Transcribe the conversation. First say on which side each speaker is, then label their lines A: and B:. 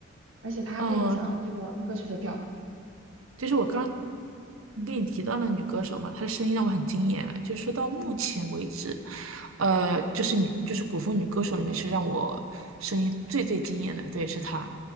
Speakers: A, on the right; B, on the right.
A: 而且它还不影响这个歌曲的表达。
B: 嗯，就是我刚刚
A: 嗯
B: 跟你提到了女歌手嘛，她的声音让我很惊艳。就是说到目前为止，
A: 嗯
B: 呃，就是女，就是古风女歌手里面是让我声音最最惊艳的，对，是她，